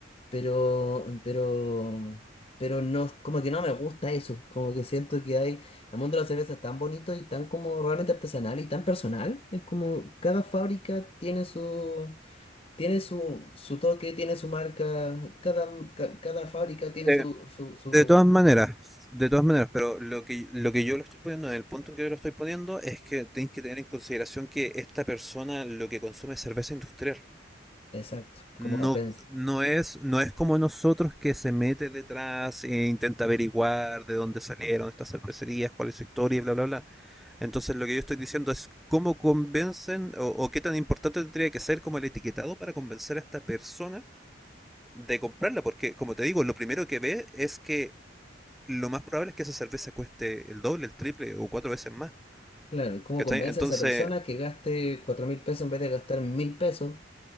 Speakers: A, on the left; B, in the centre.
A: pero, pero, pero no, como que no me gusta eso, como que siento que hay, el mundo de la cerveza es tan bonito y tan como realmente artesanal y tan personal, es como cada fábrica tiene su, tiene su, su toque, tiene su marca, cada, ca- cada fábrica tiene
B: Eh,
A: su, su, su,
B: De todas maneras, de todas maneras, pero lo que, lo que yo lo estoy poniendo, en el punto en que yo lo estoy poniendo, es que tenéis que tener en consideración que esta persona lo que consume es cerveza industrial.
A: exacto,
B: No,
A: como la pensa.
B: no es, no es como nosotros que se mete detrás e intenta averiguar de dónde salieron estas cervecerías, cuál es su historia y bla, bla, bla. Entonces lo que yo estoy diciendo es cómo convencen o, o qué tan importante tendría que ser como el etiquetado para convencer a esta persona de comprarla, porque como te digo, lo primero que ve es que lo más probable es que esa cerveza cueste el doble, el triple o cuatro veces más.
A: Claro, y ¿cómo
B: ¿Cachai?
A: convence
B: Entonces,
A: a esa persona que gaste cuatro mil pesos en vez de gastar mil pesos?